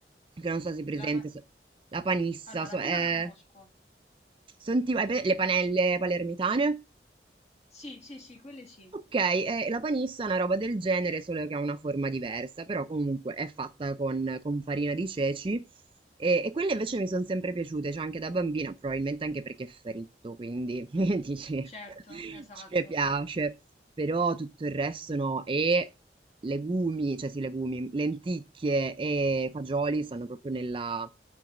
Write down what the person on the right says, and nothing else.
che non so se è presente,
se- la panissa,
so,
è...
Senti, hai pre- le panelle palermitane?
Ok, eh, la panissa è una roba del genere, solo che ha una forma diversa, però comunque è fatta con, con farina di ceci e, e quelle invece mi sono sempre piaciute, cioè anche da bambina, probabilmente anche perché è fritto, quindi <laughs> dici,
ci piace,
però tutto il resto no, e legumi, cioè sì, legumi, lenticchie e fagioli stanno proprio nella